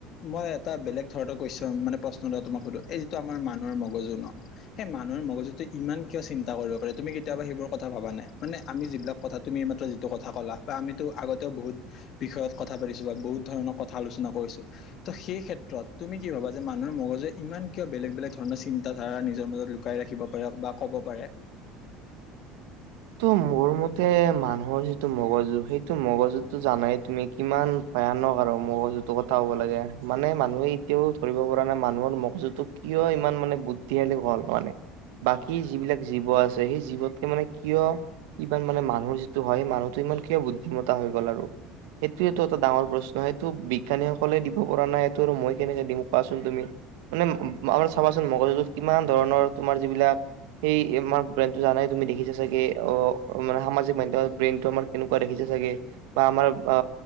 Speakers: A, on the left; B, on the right.
A: মই এটা বেলেগ ধৰণৰ কুৱেশন মানে প্ৰশ্ন এটা তোমাক সুধো এই যিটো আমাৰ মানুহৰ মগজু ন সেই মানুহৰ মগজুত ত ইমান কিয় চিন্তা কৰিব পাৰে তুমি কেতিয়াবা সেইবোৰ কথা ভাবা নে মানে যিবিলাক কথা তুমি এই মাত্ৰ যিটো কথা ক'লা বা আমিতো আগতেও বহুত বিষয়ত কথা পাতিছো বা বহুত ধৰণৰ কথা আলোচনা কৰিছো ত' সেই ক্ষেত্ৰত তুমি কি ভাবা যে মানুহৰ মগজুৱে ইমান কিয় বেলেগ বেলেগ ধৰণৰ চিন্তাধাৰা নিজৰ মাজত লুকাই ৰাখিব বা ক'ব পাৰে
B: ত' মোৰ মতে মানুহৰ যিটো মগজু সেইটো মগজুতটো জানাই তুমি কিমান ভয়ানক আৰু মগজুটোৰ কথা হ'ব লাগে মানে মানুহে এতিয়াও ধৰিব পৰা নাই মানুহৰ মগজুতো। কিয় ইমান মানে বুদ্ধিশালী হ'ল মানে বাকী যিবিলাক জীৱ আছে সেই জীৱতকে মানে। কিয় ইমান মানে মানুহৰ যিটো হয় মানুহটো ইমান কিয় বুদ্ধিমতা হৈ গ'ল আৰু। সেইটোৱেটো এটা ডাঙৰ প্ৰশ্ন সেইটো বিজ্ঞানীসকলে দিব পৰা নাই এইটো আৰু মই কেনেকে দিম কোৱাচোন তুমি। মানে আমাৰ চাবাচোন মগজুটোত কিমান ধৰণৰ তোমাৰ যিবিলাক- সেই আমাৰ ব্ৰেনটো জানাই তুমি দেখিছা। চাগে অ মানে সামাজিক মাধ্যমত ব্ৰেইনতটো আমাৰ কেনেকুৱা দেখিছে চাগে। বা আমাৰ অ